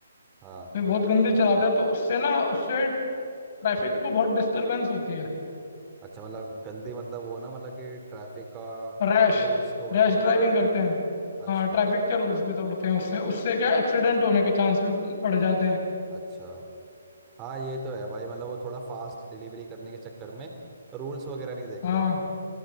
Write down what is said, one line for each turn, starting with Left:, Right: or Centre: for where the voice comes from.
Right: हाँ
Left: ये बहुत गंदी चलाते हैं तो उससे ना उससे ट्रैफिक को बहुत डिस्टरबेंस होती है
Right: अच्छा मतलब गंदी मतलब वो ना मतलब कि ट्रैफिक का
Left: रैश
Right: रूल्स तोड़ते
Left: रैश ड्राइविंग
Right: हैं
Left: करते हैं
Right: अच्छा
Left: हाँ ट्रैफिक के रूल्स भी तोड़ते हैं उससे उससे क्या एक्सीडेंट होने के चांस भी बढ़ जाते हैं
Right: अच्छा हाँ ये तो है भाई मतलब वो थोड़ा फास्ट डिलीवरी करने के चक्कर में रूल्स वगैरह नहीं देखते
Left: हाँ